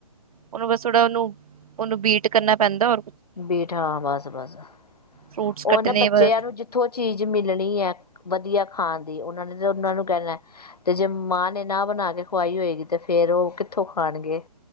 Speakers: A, on the right; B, on the left.
A: ਉਹ ਨੂੰ ਬਸ ਥੋੜਾ ਉਹਨੂੰ ਉਹਨੂੰ ਬੀਟ ਕਰਨਾ ਪੈਂਦਾ ਔ
B: ਬੀਟ ਹਾਂ ਬਸ ਬਸ
A: ਫਰੂਟਸ
B: ਉਹਨਾਂ
A: ਕੱਟਣੇ
B: ਬੱਚਿਆਂ
A: ਬਸ
B: ਨੂੰ ਜਿੱਥੋਂ ਚੀਜ਼ ਮਿਲਣੀ ਹੈ ਵਧੀਆ ਖਾਣਦੀ ਉਹਨਾਂ ਨੇ ਤਾਂ ਉਹਨਾਂ ਨੂੰ ਕਹਿਣਾ ਤੇ ਜੇ ਮਾਂ ਨੇ ਨਾ ਬਣਾ ਕੇ ਖਵਾਈ ਹੋਏਗੀ ਤੇ ਫਿਰ ਉਹ ਕਿੱਥੋਂ ਖਾਣਗੇ